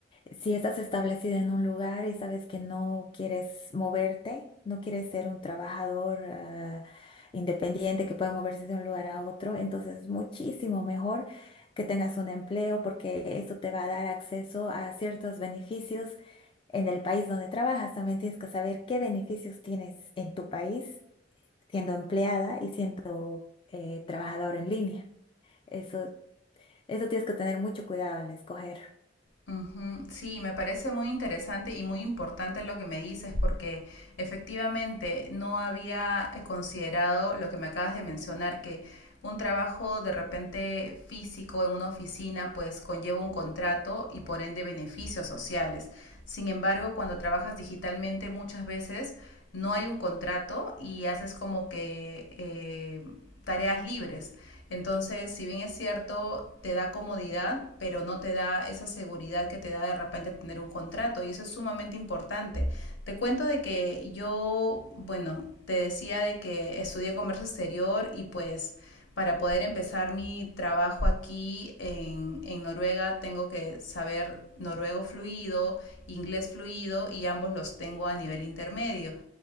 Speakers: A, on the left; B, on the left.
A: Si estás establecida en un lugar y sabes que no quieres moverte, no quieres ser un trabajador ah, independiente que puede moverse de un lugar a otro, entonces es muchísimo mejor que tengas un empleo porque eso te va a dar acceso a ciertos beneficios en el país donde trabajas. También tienes que saber qué beneficios tienes en tu país siendo empleada y siendo eh, trabajador en línea. Eso, eso tienes que tener mucho cuidado al escoger.
B: Ujú, Sí, me parece muy interesante y muy importante lo que me dices porque efectivamente no había eh, considerado lo que me acabas de mencionar, que un trabajo de repente físico en una oficina pues conlleva un contrato y por ende beneficios sociales. Sin embargo, cuando trabajas digitalmente muchas veces no hay un contrato y haces como que eh, tareas libres. Entonces, si bien es cierto, te da comodidad, pero no te da esa seguridad que te da de repente tener un contrato y eso es sumamente importante. Te cuento de que yo, bueno, te decía de que estudié comercio exterior y pues para poder empezar mi trabajo aquí en, en, Noruega tengo que saber noruego fluido, inglés fluido y ambos los tengo a nivel intermedio.